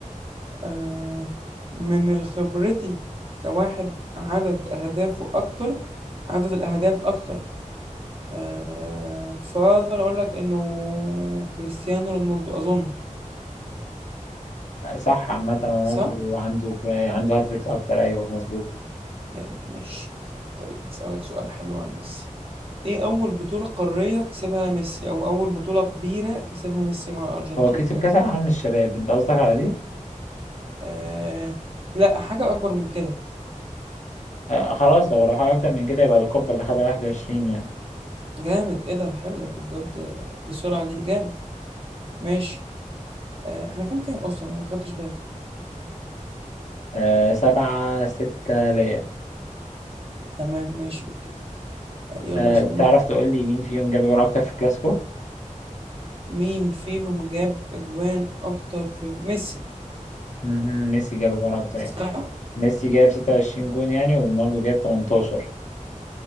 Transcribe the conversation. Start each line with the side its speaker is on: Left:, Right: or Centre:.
Right: آه، من خبرتي كواحد عدد اهدافه اكتر عدد الأهداف أكتر آه، فاقدر اقول لك انه كريستيانو رونالدو اظن
Left: آه، صح عامة رونالدو
Right: صح
Left: عنده كو- عنده هاتريك اكتر ايوه مظبوط
Right: يعني ماشي طيب هسألك سؤال حلو عن ميسي ايه اول بطولة قارية كسبها ميسي او اول بطولة كبيرة كسبها ميسي مع الارجنتين
Left: هو كسب
Right: كانت
Left: كاس العالم للشباب انت قصدك على دي
Right: آه لا حاجة اكبر من كده
Left: آه، خلاص لو راح اكتر من كده يبقى الكوبا اللي خدها 21 يعني
Right: جامد ايه ده حلو انا جاوبت بالسرعة دي جامد ماشي آه احنا كام كام اصلا انا ما خدتش بالي
Left: آه سبعة ستة ليا
Right: تمام ماشي اوكي آه يلا
Left: آه
Right: اسألني
Left: تعرف
Right: انت
Left: تقول لي مين فيهم جاب جون أكتر في الكلاسيكو؟
Right: مين فيهم جاب اجوان اكتر في ميسي
Left: مهم، ميسي جاب جون أكتر
Right: صح
Left: يعني ميسي جاب ستة وعشرين جون يعني ورونالدو جاب تمنتاشر